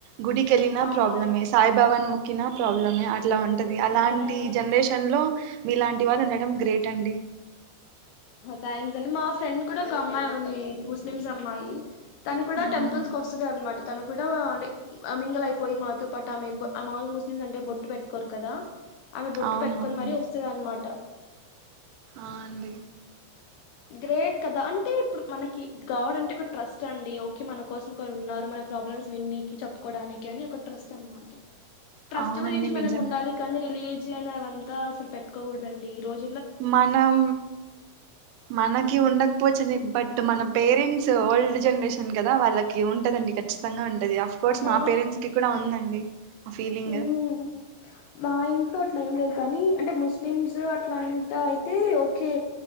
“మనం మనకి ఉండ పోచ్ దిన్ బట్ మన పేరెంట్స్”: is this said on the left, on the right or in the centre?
Right